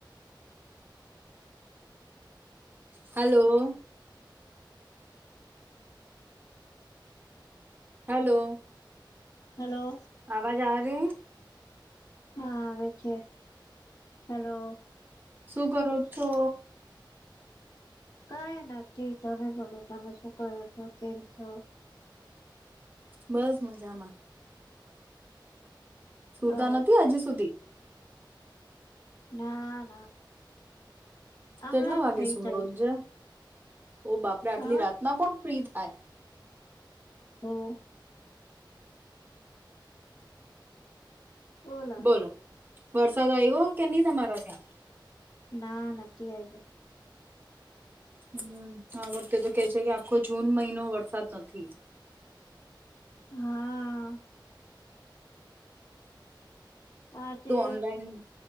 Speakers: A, on the right; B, on the left.
A: hello hello
B: hello
A: અવાજ આવે છે
B: હા આવે છે હલો
A: શું કરો છો
B: કઈ નથી તમે બોલો તમે શું કરો છો કેમ છો
A: બસ મજામાં સુતા
B: અ
A: નથી હજુ સુધી
B: ના ના હમણાં
A: કેટલા
B: જ
A: વાગે
B: ફ્રી
A: સુુંવો
B: થઈ
A: રોજજ ઓ બાપરેઆટલી
B: હા
A: રાતના કોણ ફ્રી ટાઈમ
B: હું ઓલા
A: બોલો વરસાદ આવ્યો કે નહી તમારા ત્યાં
B: ના નથીકી આવ ગ
A: હમ આ વખતે તો કે છે કે આખો જૂન મહિનો વરસાદ નથી
B: હા આજે
A: તો ઓનલાઈન